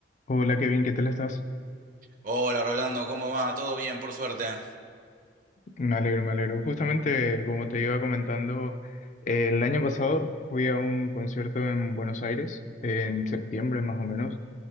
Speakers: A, on the left; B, on the right.
A: Hola Kevin, ¿qué tal estás?
B: Hola Rolando, ¿cómo va? ¿Todo bien, por suerte?
A: Me alegro, me alegro. Justamente, como te iba comentando, eh, el año pasado fui a un concierto en Buenos Aires, en septiembre más o menos.